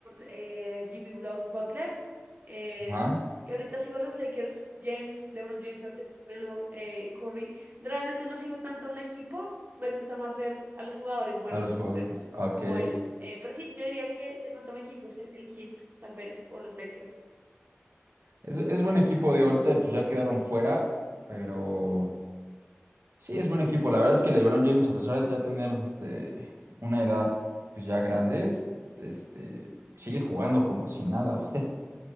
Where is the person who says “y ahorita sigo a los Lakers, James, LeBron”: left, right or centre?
Right